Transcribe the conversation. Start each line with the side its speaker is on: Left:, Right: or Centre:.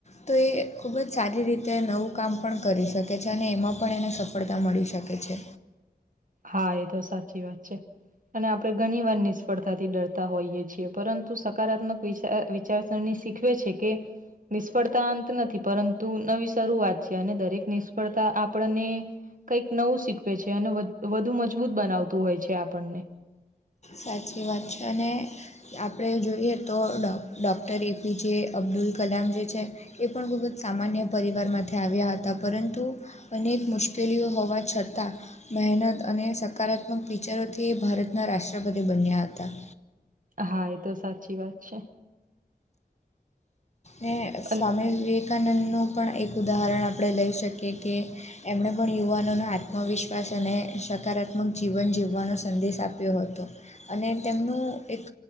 Left: તો એ ખૂબ જ સારી રીતે નવું કામ પણ કરી શકે છે અને એમાં પણ એને સ સફળતા મળી શકે છે
Right: હા એ તો સાચી વાત છે અને આપડણે ઘણી વાર નિષ્ફળતાથી ડરતા હોઈએ છીએ પરંતુ સકારાત્મક વિ વિચારસરણી શીખવે છે કે નિષ્ફળતા અંત નથી પરંતુ નવી શરૂઆત છે અને દરેક નિ તા આપણને કંઈક નવું શીખવે છે અને વધુ મજબૂત બનાવતું હોય છે આપણને
Left: સાચી વાત છે અને આપણે જોઈએ તો ડો ડોક્ટર એપીજે અબ્દુલ કલામ જે છે એ પણ ખૂબ જ સામાન્ય પરિવારમાંથી આવ્યા હતા પરંતુ અનેક મુશ્કેલીઓ હોવા છતાં મહેનત અને સકારાત્મક વિિચરોથી ભારતના રાષ્ટ્રપતિ બન્યા હતા
Right: હા એ તો સાચી વાત છે
Left: ને
Right: અને
Left: સ્વામી વિવેકાનંદનું પણ એક ઉદાહરણ આપણે લઈ શકીએ કે એમણે પણ યુવાનોનો આત્મવિશ્વાસ અને સકારાત્મક જીવન જીવવાનો સંદેશ આપ્યો હતો. અને તેમનું એક